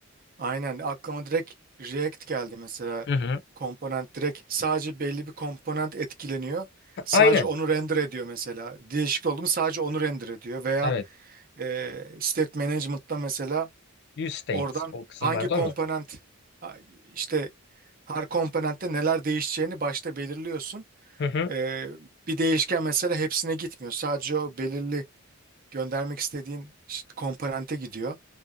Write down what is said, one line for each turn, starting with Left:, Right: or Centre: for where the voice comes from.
Right: Aynen aklıma direkt React geldi mesela.
Left: Hı hı.
Right: Komponent direkt sadece belli bir komponent etkileniyor. Sadece
Left: Aynen.
Right: onu render ediyor mesela. Değişik oldu mu sadece onu render ediyor. Veya
Left: Evet.
Right: e, state management'ta mesela
Left: View state
Right: oradan
Left: o kısımlarda
Right: hangi komponent
Left: mı?
Right: a- işte her komponentte neler değişeceğini başta belirliyorsun.
Left: Hı hı.
Right: E, bir değişken mesela hepsine gitmiyor. Sadece o belirli göndermek istediğin işte komponente gidiyor.